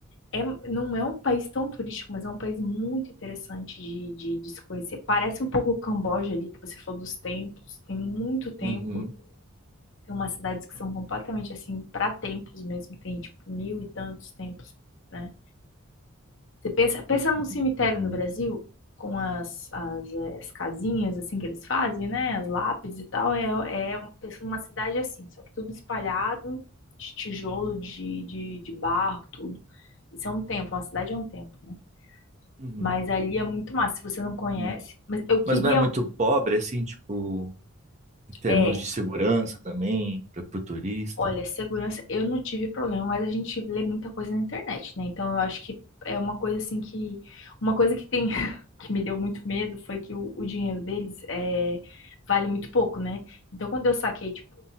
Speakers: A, on the left; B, on the right.
A: é, não é um país tão turístico, mas é um país muito interessante de, de, de se conhecer. Parece um pouco o Camboja ali, que você falou dos templos. Tem muito templo.
B: Uhum.
A: Tem umas cidades que são completamente assim, para templos mesmo. Tem tipo mil e tantos templos, né? Você pensa, pensa num cemitério
B: Uhum. Uhum.
A: no Brasil, com as, as, eh, as casinhas assim que eles fazem, né? As lápides e tal. É, é um- pensa numa cidade assim, só que tudo espalhado, de tijolo, de, de, de barro, tudo. Isso é um templo, uma cidade é um templo, né?
B: Uhum.
A: Mas ali é muito massa, se você não conhece.
B: E-
A: Mas eu queria.
B: mas não é muito pobre, assim, tipo, em termos
A: É,
B: de segurança também, para o turista.
A: olha, segurança, eu não tive problema, mas a gente lê muita coisa na internet, né? Então eu acho que é uma coisa assim que. Uma coisa que tem. <laughs> que me deu muito medo foi que o, o dinheiro deles é, vale muito pouco, né? Então quando eu saquei, tipo,